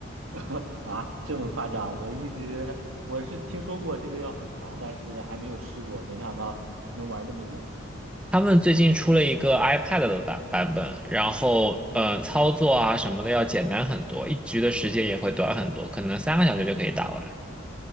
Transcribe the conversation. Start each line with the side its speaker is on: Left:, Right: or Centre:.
Right: <laughs> 啊，这么夸张？我一直我是听说过这个要很长，但是还没有试过，没想到能玩这么久。
Centre: 他们最近出了一个 iPad 的版版本，然后嗯、呃操作啊什么的要简单很多，一局的时间也会短很多，可能三个小时就可以打完。